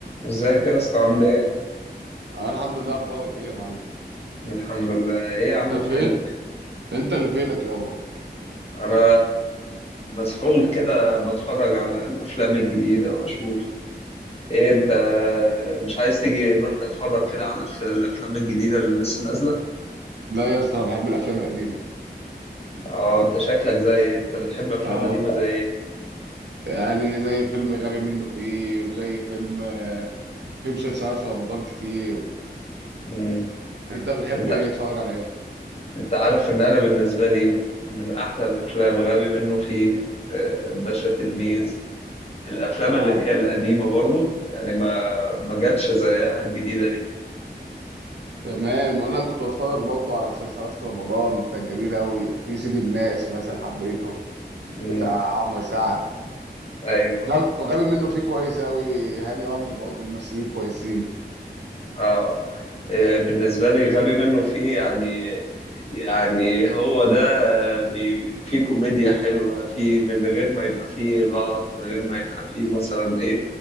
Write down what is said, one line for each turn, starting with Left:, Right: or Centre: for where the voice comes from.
Left: ازيك يا اسطى عامل ايه؟
Right: انا الحمد لله اخبارك ايه يا معلم
Left: الحمد لله، ايه يا عم
Right: انت
Left: فينك؟
Right: فين انت اللي فينك يابا
Left: انا مسحول كده بتفرج على الافلام الجديدة واشوف ايه انت مش عايز تيجي نروح نتفرج كده على الف- الافلام الجديدة اللي لسه نازلة؟
Right: لا يا اسطى انا بحب الافلام القديمه
Left: اه انت شكلك زي ايه؟ انت بتحب افلام
Right: اه
Left: قديمة زي ايه؟
Right: يعني زي فيلم غبي منه فيه وزي فيلم آه، في مسلسلات في رمضان كتير
Left: مم.
Right: انت بتحب
Left: انت
Right: ايه تتفرج على ايه
Left: انت عارف ان انا بالنسبة لي م- من احلى الافلام غبي منه فيه آه، الباشا تلميذ الافلام
Right: اه
Left: اللي هي القديمة برضه يعني ما ما جاتش زيها الجديدة دي.
Right: تمام وانا كنت بتفرج برضه على مسلسلات في رمضان كانت جميله قوي في سيدي الناس مثلا حبيته
Left: مم.
Right: بتاع عمرو سعد
Left: ايوه
Right: وغبي وغبي منه فيه كويس قوي هاني رمزي برضه ممثلين كويسين
Left: اه آه، بالنسبة لي غبي منه فيه يعني يعني هو ده آه، بي- فيه كوميديا حلوة فيه من غير ما يبقى فيه غلط من غير ما يبقى فيه مثلا ايه